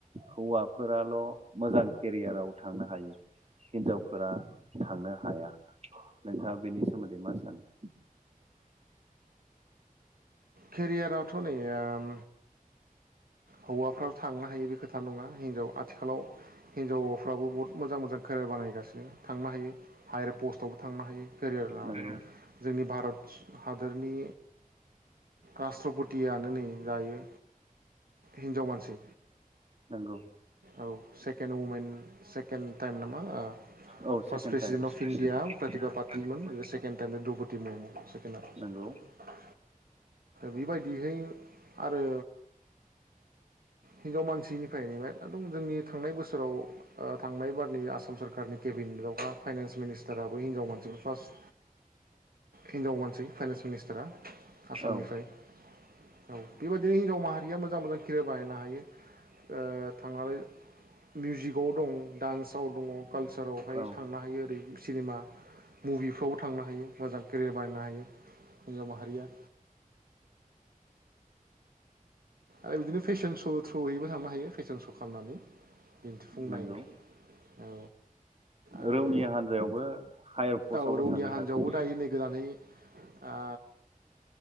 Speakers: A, on the right; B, on the right.
A: हौवाफोराल' मोजां केरियाराव थांनो हायो हिनजावफोरा थांनो हाया नोंथाङा बेनि सोमोनदै मा सानो
B: केरियाराथ' नै ओम हौवाफ्राल' थांनो हायो बे खोथा नङा हिनजाव आथिखालाव हिजावफ्राबो बुहुत मोजां मोजां केरियार बानायगासिनो थांनो हायो हायार पस्टआवबो थांनो हायो केरियार लानानै
A: नंगौ
B: जोंनि भारत हादरनि राष्ट्रपतियानो नै दायो हिनजाव मानसि
A: नंगौ
B: औ सेकेणड वमेन सेकेड टाइम नामा
A: औ
B: first
A: second
B: president
A: time
B: of India Pratibha पातलमोन second time Droupadi Murmu सेकेणडआ
A: नंगौ
B: बेबायदिहै आरो हिनजाव मानसि निफ्रायनो मेरला दं जोंनि थांनाय बोसोराव ओ थांनाय बारनि आसाम सोरखारनि केबिनेयावहा फाइनान्स मिनिस्टाराबो हिनजाव मानसि फार्स्ट हिनजाव मानसि फाइनन्स मिनिस्टारा आसामनिफ्राय
A: औ
B: औ बेबायददिनो हिनजाव माहारिया मोजां मोजां खेरियार <unintelligible> बानायनो हायो ओ थांनानै मिउजिकआव दं डान्सआव दङ कालसारावहाय
A: औ
B: थांनो हायो ओरै सिनेमा मुभिफ्रावबो थांनो हायो मोजां केरियार बानायनो हायो हिनजाव माहारिया आरो बिदिनो फेशन श' थ्रुयैबो थांनो हायो फेशन श' खालामनानै दिन्थिफुंनाय
A: नंगौ
B: औ आरो
A: रौनिया हान्जायावबो हायार पस्टआवबो
B: औ रौनिया
A: थांनो
B: हान्जायावबो
A: हागौ
B: दायो नै गोदानै आ